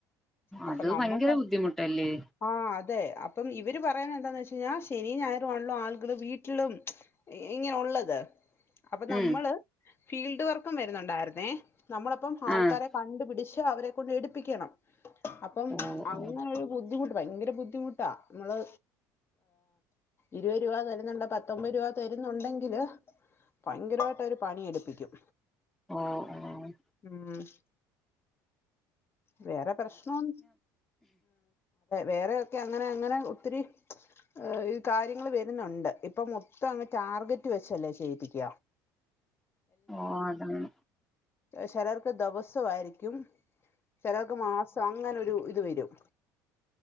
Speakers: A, on the left; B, in the centre.
A: അപ്പം
B: അത്
A: നമ്മുക്ക്
B: ഭയങ്കര ബുദ്ധിമുട്ടല്ലേ
A: ആ അതെ- പ്പം ഇവര് പറയന്ന എന്താന്ന് വെച്ച് കഴിഞ്ഞാൽ ശെനിംഞായറും ആണല്ലോ ആളുകള് വീട്ടിലും, ഇങ്ങനെ ഉള്ളത്. അപ്പൊ നമ്മള്
B: ഉം
A: ഫീൽഡ് വർക്കും വരുന്നുണ്ടായിരുന്നേ നമ്മളപ്പം ആൾക്കാരെ
B: ആഹ്
A: കണ്ടുപിടിച്ച് അവരെ കൊണ്ട് എടുപ്പിക്കണം അപ്പം
B: ഓ
A: അങ്ങനെ
B: ഓ
A: ഒരു ബു- ദ്ധിമുട്ട് ഭയങ്കര ബുദ്ധിമുട്ടാ. മ്മള് ഇരുപത് രൂപ തരുന്നുണ്ട് പത്തൊമ്പത് രൂപ തരുന്നുണ്ടെങ്കില് ഭയങ്കരായിട്ട് അവര് പണിയെടുപ്പിക്കും
B: ഓ -ഓ-
A: ഉം, വേറെ പ്രശ്നം ഒന്നും വേറെഒക്കെ അങ്ങനെ അങ്ങനെ ഒത്തിരി - കാര്യങ്ങൾ വരുന്നുണ്ട് ഇപ്പം മൊത്തം അങ്ങ്- ടാർഗറ്റ് വെച്ചല്ലേ ചെയ്പിക്ക
B: ഓ അതാണ്
A: ചിലർക്ക് ദിവസായിരിക്കും ചിലർക്ക് മാസം അങ്ങനൊരു ഒരു ഇത് വരും